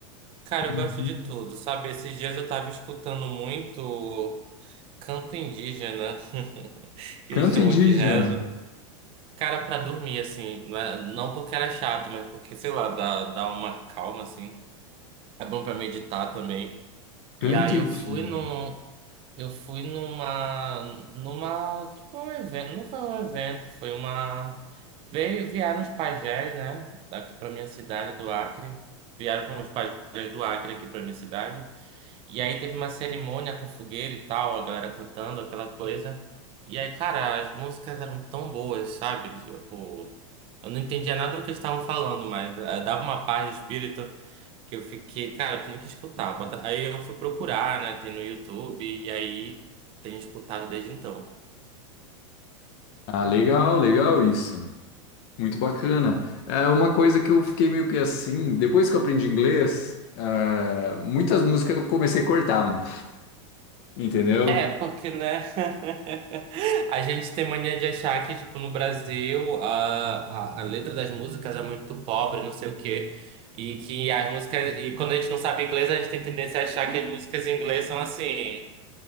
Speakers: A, on the right; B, on the left.
A: Cara, eu
B: Uhum.
A: gosto de tudo, sabe? Esses dias eu tava escutando muito canto indígena, <laughs> que
B: Canto
A: chamam
B: indígena.
A: de rezo. Cara, pra dormir, assim, não é- não porque era chato, mas porque, sei lá, dá, dá uma calma, assim. É bom pra meditar também.
B: Canto
A: E aí
B: indígena.
A: eu fui num. Eu fui numa. Numa. Tipo, um evento. Não foi um evento, foi uma. Veio, vieram os pajés, né? Daqui pra minha cidade, do Acre. Vieram para os pajés do Acre aqui pra minha cidade. E aí teve uma cerimônia com fogueira e tal, a galera cantando aquela coisa. E aí, cara, as músicas eram tão boas, sabe? Tipo, eu não entendia nada do que eles estavam falando, mas eh, dava uma paz de espírito que eu fiquei, cara, eu tenho que escutar. Bota- Aí eu fui procurar, né? Tem no YouTube, e aí tenho escutado desde então.
B: Ah, legal, legal isso. Muito bacana. É uma coisa que eu fiquei meio que assim, depois que eu aprendi inglês, ah, muitas músicas eu comecei a cortar, mano. Entendeu?
A: É, porque, né? <laughs> A gente tem mania de achar que, tipo, no Brasil a, a, a letra das músicas é muito pobre, não sei o quê. E que as músicas. E quando a gente não sabe inglês, a gente tem tendência a achar que as músicas em inglês são assim.